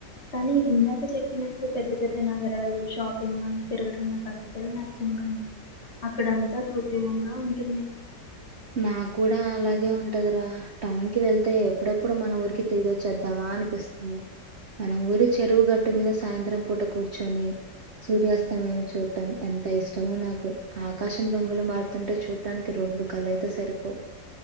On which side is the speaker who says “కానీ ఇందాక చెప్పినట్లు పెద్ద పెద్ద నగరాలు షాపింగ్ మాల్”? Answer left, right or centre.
Left